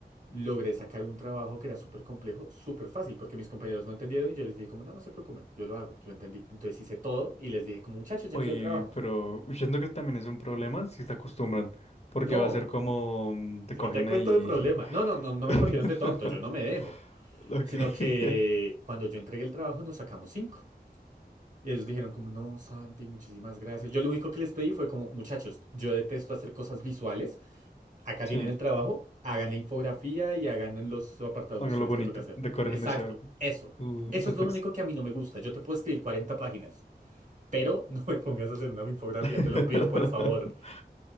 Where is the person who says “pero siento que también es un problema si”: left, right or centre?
Left